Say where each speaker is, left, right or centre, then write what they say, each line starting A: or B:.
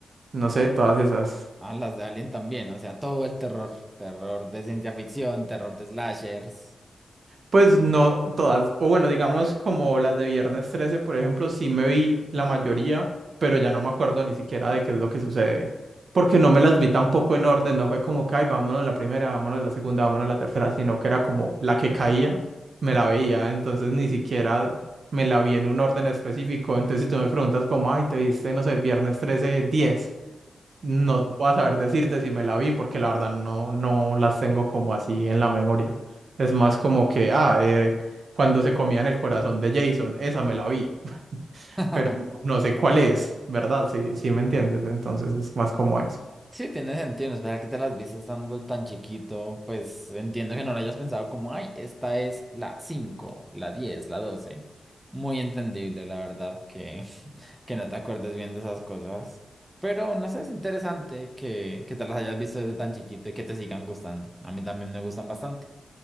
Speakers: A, on the right; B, on the right.
A: no sé, todas esas.
B: Ah, las de Alien también, o sea, todo el terror, terror de ciencia ficción, terror de slashers.
A: Pues no todas, o bueno, digamos como las de Viernes trece por ejemplo, sí me vi la mayoría, pero ya no me acuerdo ni siquiera de qué es lo que sucede, porque no me las vi tampoco en orden, no fue como que, ay, vámonos la primera, vámonos la segunda, vámonos la tercera, sino que era como la que caía, me la veía, entonces ni siquiera me la vi en un orden específico, entonces si tú me preguntas como, ay, te viste, no sé, Viernes trece diez no
B: Ajá.
A: voy a saber decirte si me la vi, porque la verdad no, no las tengo como así en la memoria. Es más como que, ah, eh, cuando se comían el corazón de Jason, esa me la vi, <laughs>
B: <laughs>
A: pero no no sé cuál es, ¿verdad? Sí, sí me entiendes, entonces es más como eso.
B: Sí, tiene sentido, en especial que te las viste estando tan chiquito, pues entiendo que no lo hayas pensado como, ay, esta es la 5, la 10, la 12. Muy entendible, la verdad, que, <laughs> que no te acuerdes bien de esas cosas. Pero no sé, es interesante que, que te las hayas visto desde tan chiquito y que te sigan gustando. A mí también me gustan bastante.